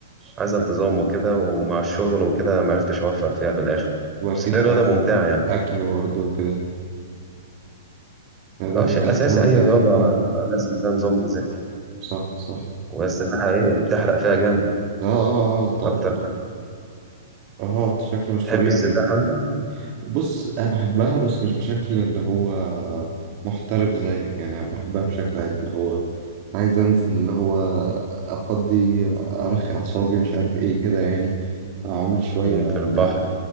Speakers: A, on the right (about 20°); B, on the right (about 45°).
A: عايزة انتظام وكده ومع الشغل وكده ما عرفتش أوفق فيها في الآخر
B: وأكيد
A: بس هي رياضة
B: أكل
A: ممتعة يعني
B: أكل برضه وكده يعني لازم
A: اه شيء
B: تهتم
A: أساسي
B: بالأكل
A: أي رياضة يعني،
B: اه
A: لازم ده نظام غذائي
B: صح صح
A: والسباحة إيه بتحرق فيها جامد
B: اه اه اه طبعا
A: أكتر
B: اه بشكل مش
A: تحب
B: طبيعي
A: السباحة
B: يعني
A: أنت
B: بص أنا بحبها بس مش بشكل اللي هو محترف زيك يعني أنا بحبها بشكل عادي اللي هو عايز أنزل اللي هو أفضي أرخي أعصابي مش عارف إيه كده يعني أعملي شوية
A: مم، في البحر
B: بتاع